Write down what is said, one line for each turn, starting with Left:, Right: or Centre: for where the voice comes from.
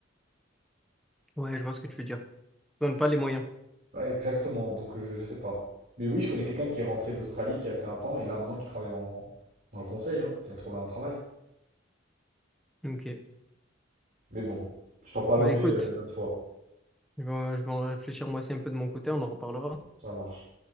Centre: Ouais, je vois ce que tu veux dire. Ils donnent pas les moyens.
Right: Ouais, exactement, donc euh, je, je sais pas. Mais oui, je connais quelqu'un qui est rentré d'Australie, qui a fait un temps, et là maintenant qui travaille en... dans le conseil, hein, qui a trouvé un travail.
Centre: Ok.
Right: Mais bon, je t'en parlerai
Centre: Bah écoute,
Right: euh, une autre fois,
Centre: je vais, je vais en réfléchir moi aussi un peu de mon côté, on en reparlera.
Right: ça marche.